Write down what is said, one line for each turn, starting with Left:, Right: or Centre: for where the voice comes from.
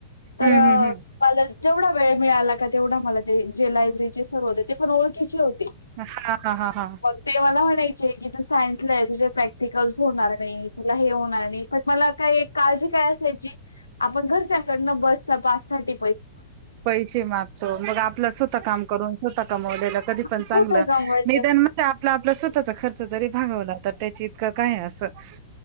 Left: तर
Right: हं, हं, हं.
Left: मला जेवढा वेळ मिळाला का तेवढा मला ते जे लायब्ररीचे सर्व होते ते पण ओळखीचे होती
Right: हा हा हा हा
Left: ते मला वाटायचं की तू सायन्सला आहे तुझे प्रॅक्टिकलस होणार नाही तुला हे होणार नाही पण मला काय काळजी काय असल्याची आपण घरच्यांकडन बस पााससाठी
Right: पैसे मागतो मग आपलं स्वतः काम करून स्वतः कमवलेलं कधी पण
Left: स्वतः
Right: चांगलं
Left: कमवायचं
Right: निद आपला आपला स्वतःचा खर्च जरी भागवला तर त्याची इतकं काय असं